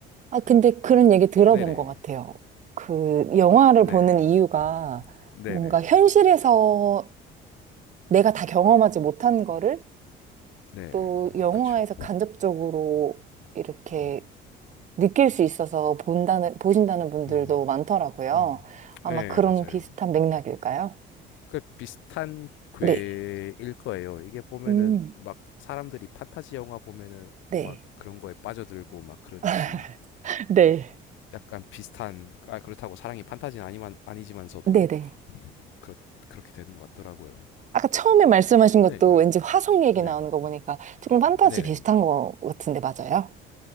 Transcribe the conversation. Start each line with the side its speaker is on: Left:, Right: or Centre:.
Right: 아, 근데 그런 얘기 들어본
Left: 네네
Right: 것 같아요. 그, 영화를
Left: 네
Right: 보는 이유가
Left: 네네
Right: 뭔가 현실에서 내가 다 경험하지 못한 거를
Left: 네
Right: 또 영화에서
Left: 그쵸
Right: 간접적으로 이렇게
Left: 음,
Right: 느낄 수 있어서 본다는, 보신다는 분들도
Left: 음,
Right: 많더라고요.
Left: 음.
Right: 아마
Left: 네
Right: 그런
Left: 맞아요
Right: 비슷한 맥락일까요?
Left: 그 비슷한 궤일
Right: 네.
Left: 거예요 이게 보면은
Right: 음,
Left: 막 사람들이 판타지 영화 보면은
Right: 네.
Left: 막 그런 거에 빠져들고 막 그러듯이
Right: <laughs> 네.
Left: 약간 비슷한 아 그렇다고 사랑이 판타지는 아니만 아니지만서도
Right: 네네.
Left: 그렇 그렇게 되는 것 같더라고요.
Right: 아까 처음에 말씀하신 것도
Left: 네,
Right: 왠지 화성 얘기
Left: 네,
Right: 나오는 거 보니까 조금 판타지
Left: 네네.
Right: 비슷한 것 같은데 맞아요?